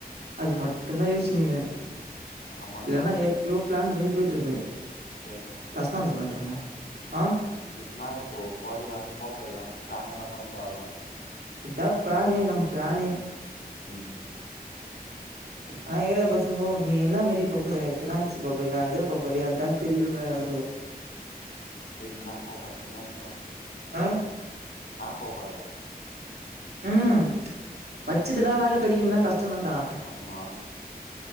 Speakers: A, on the right; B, on the left.
A: அது மட்டும் தான் யோச்சி நிக்கிறேன்
B: ஆமாடா
A: இல்லேன்னா எப் யோ ப்ளாண் பண்ண போயிட்டுருப்பேன்
B: செர்ட
A: ரஷ்னா ஒண்ணு குடேன் டரம் ஆ
B: இப்பனா இப்போ போறியா போ போறியா பிளான் எல்லாம் பண்ணிட்டு அதான்
A: இத பிளாணே நம் பிளாணே
B: ம்
A: ஆனா ஏரியா பசங்கோ நீ என்ன மாரி போ போற பினான்சி போப்போறியா ஏதோ போப்போறியா அதான் தெரிலேங்கற
B: செரி நீ என்னா போ போர ஃபினன்ஸா
A: ஆ
B: நான் போ போப்போறேன்
A: ம் பச்சதுல்லாம் வேல கடைக்கண்னா கஷ்டம் தான்டா
B: ஆமா